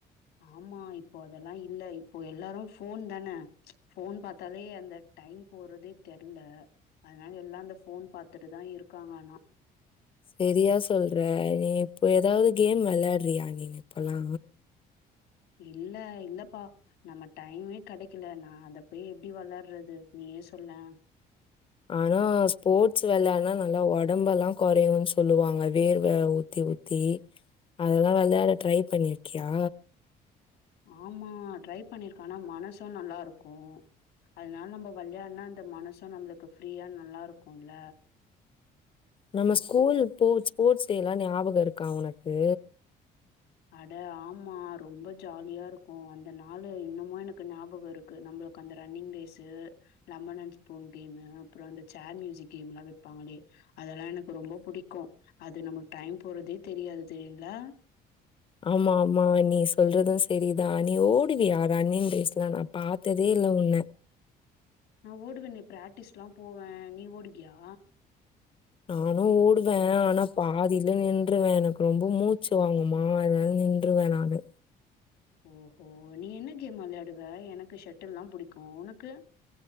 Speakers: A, on the left (about 85°); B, on the left (about 30°).
A: ஆமா இப்போ அதெல்லா இல்ல இப்போ எல்லாரு ஃபோன் தான ஃபோன் பாத்தாலே அந்த டைம் போறதே தெர்ல அதனால எல்லா அந்த ஃபோன் பாத்துட்டு தா இருக்காங்க ஆனா
B: செரியா சொல்ற நீ இப்போ எதாது கேம் வெள்ளாட்றியா நீனு இப்பலா
A: இல்ல இல்லப்பா நம்ம டைமே கெடைக்கல நா அத போய் எப்டி வெள்ளார்றது நீ நீயே சொல்ல
B: ஆனா ஸ்போட்ஸ் வெளயான்னா நல்லா ஒடம்பெல்லா குறையுன் சொல்லுவாங்க வேர்வ ஊத்தி ஊத்தி அதெலா வெளயாட ட்ரை பண்ணிருக்கியா
A: ஆமா ட்ரை பண்ணிருக்கே ஆனா மனசு நல்லாருக்கு அதனால நம்ம வெள்யாட்னா அந்த மனசு நம்ளுக்கு ஃப்ரீயா நல்லாருக்கும்ல
B: நம ஸ்கூல் போட்ஸ் ஸ்போட்ஸ் டேலா ஞாபகொ இருக்கா ஒனக்கு
A: அட ஆமா ரொம்ப ஜாலியாருக்கு அந்த நாளு இன்னுமு எனக்கு ஞாபகோ இருக்கு நம்ம <unintelligible> அந்த running race lemon and spoon game அப்ரோ அந்த சேர் மியூசிக் கேம்லா வப்பாங்களே அதெலா எனக்கு ரொம்ப புடிக்கு அது நமக்கு டைம் போறதே தெரியாது தெரியுங்லா
B: ஆமா ஆமா நீ சொல்றது செரிதா நீ ஓடுவியா ரன்னிங் ரேஸ்லா நா பாத்ததே லே உன்ன
A: நா ஓடுவனே பிராட்டிஸ்லா போவே நீ ஓடுவியா
B: நானு ஓடுவே ஆனா பாதில நின்றுவே எனக்கு ரொம்ப மூச்சு வாங்குமா அதனால நின்றுவ நானு
A: ஓஹோ நீ என்ன கேம் வெளாயாடுவ எனக்கு ஷட்டில் தா புடிக்கு உனக்கு